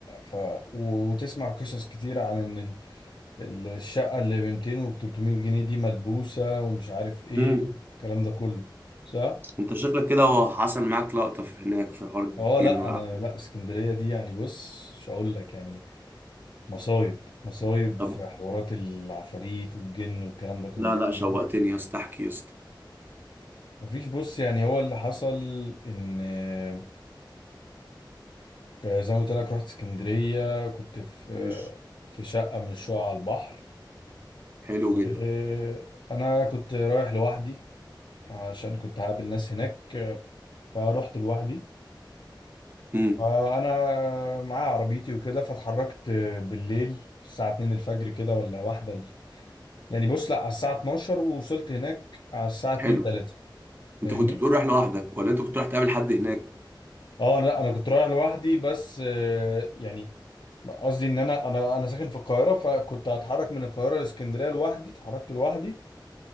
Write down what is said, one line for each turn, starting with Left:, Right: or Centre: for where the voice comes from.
Left: ف و- وتسمع قصص كتير عن ان ال- ال- الشقه اللي ب 200 و 300 جنيه دي ملبوسه ومش عارف ايه
Right: امم
Left: الكلام ده كله صح
Right: انت شكلك كده هو حصل معاك لقطة في هناك في حوار
Left: اه
Right: جن
Left: لا
Right: والعافية
Left: انا لا اسكندريه دي يعني بص مش هقول لك يعني مصايب مصايب
Right: طب
Left: في حوارات العفاريت والجن والكلام ده كله
Right: لا لا
Left: فاهمني
Right: شوقتني يا اسطى احكي يا اسطى
Left: مفيش بص يعني هو اللي حصل ان آه، زي ما قلت لك رحت اسكندريه كنت في آه،
Right: مش
Left: في شقه من الشقق على البحر
Right: حلو
Left: وانا
Right: جدا
Left: كنت رايح لوحدي عشان كنت هقابل ناس هناك فروحت لوحدي
Right: امم
Left: فانا معايا عربيتي وكده فاتحركت بالليل الساعه 2 الفجر كده ولا واحدة يعني بص لا على الساعة 12 ووصلت هناك على الساعة 2
Right: حلو
Left: 3
Right: انت
Left: فاهمني
Right: كنت بتقول رايح لوحدك ولا انت كنت رايح تقابل حد هناك
Left: اه لا انا كنت رايح لوحدي بس آه، يعني قصدي ان انا انا انا ساكن في القاهرة فكنت هتحرك من القاهرة لاسكندرية لوحدي اتحركت لوحدي